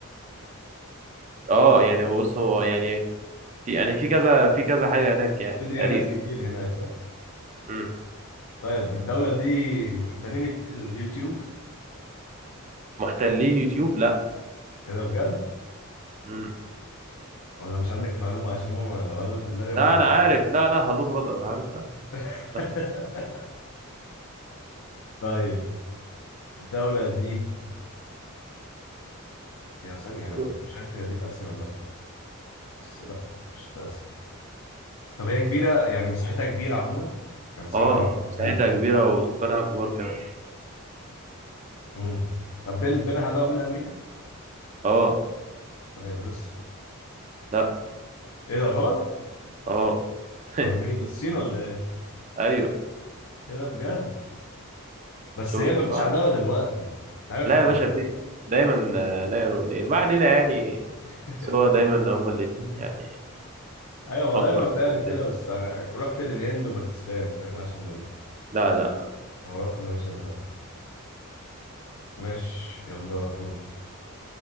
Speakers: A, on the right; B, on the left.
A: اه يعني بص هو يعني في يعني في كذا في كذا حاجة هناك يعني
B: في ديانات
A: تقريبا
B: كتير هناك صح؟
A: امم
B: طيب الدولة دي محتلين الت- اليوتيوب
A: محتلين يوتيوب لا
B: ايه ده بجد؟
A: امم
B: ولا مش عندك المعلومة عشان هم لو انا اللي في دماغي هم
A: لا
B: محتلين
A: انا عارف لا لا هلو برادر انا عارفها
B: <laughs>
A: لا
B: طيب الدولة دي هي ثانية
A: موجود.
B: مش عارف هي دي في آسيا ولا لأ بس لأ مش في آسيا طب هي كبيرة يعني مساحتها كبيرة عموما كمساحة
A: اه
B: وكيفية
A: مساحتها كبيرة وسكانها كبار كمان
B: امم طب بين بينها عداوة بين أمريكا؟
A: اه
B: طيب روسيا
A: لا
B: إيه ده غلط؟
A: اه <laughs>
B: أمال مين الصين ولا إيه؟
A: ايوه
B: إيه ده بجد؟ بس
A: شفت
B: هي مفيش
A: بقى
B: عداوة دلوقتي أنت عارف
A: لا
B: أما
A: يا باشا
B: قلت
A: في دايما آه، نايرو وليل ما علينا يعني
B: <laughs>
A: سوا دايما هما الاتنين يعني
B: أيوة ما
A: اكبر
B: دايما فعلا
A: قوتين
B: كده بس أنا رحت للهند وباكستان فاهم عشان
A: لا لا لا
B: الحوارات اللي ماشية دلوقتي ماشي يلا دورك